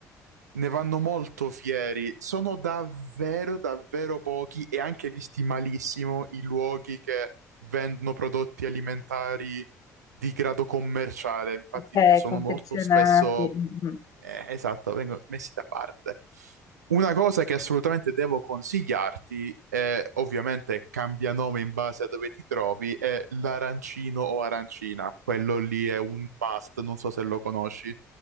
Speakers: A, on the right; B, on the left.
A: ne vanno molto fieri. Sono davvero, davvero pochi e anche visti malissimo i luoghi che vendono prodotti alimentari di grado commerciale. Infatti
B: ok,
A: sono
B: confezionati.
A: molto spesso
B: mm, mm.
A: eh, esatto, vengono messi da parte. Una cosa che assolutamente devo consigliarti, eh, ovviamente cambia nome in base a dove ti trovi, è l'arancino o arancina. Quello lì è un must, non so se lo conosci.